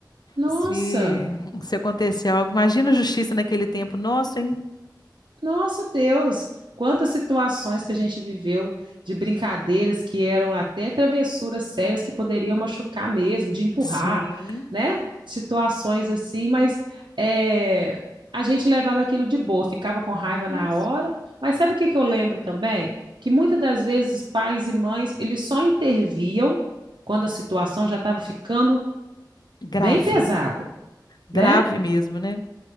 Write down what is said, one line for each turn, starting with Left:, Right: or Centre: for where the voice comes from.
Right: Nossa!
Left: Se, se acontecer algo, imagina a justiça naquele tempo. Nossa, hein?
Right: Nossa Deus, quantas situações que a gente viveu de brincadeiras que eram até travessuras sérias que poderiam machucar mesmo, de empurrar,
Left: Sim.
Right: né? Situações assim, mas é, a gente levava aquilo de boa, ficava com raiva
Left: isso.
Right: na hora. Mas sabe o que que eu lembro também? Que muitas das vezes os pais e mães, eles só interviam quando a situação já estava ficando
Left: Grave,
Right: bem pesada,
Left: grave
Right: né?
Left: mesmo, né?